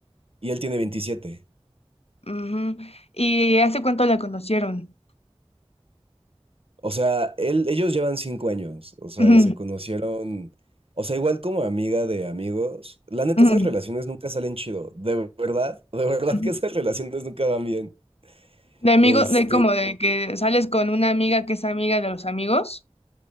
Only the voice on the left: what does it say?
ujú. ¿Y hace cuánto la conocieron?
Ujú,
ujú,
ujú.
De amigo,
de como de que sales con una amiga que es amiga de los amigos.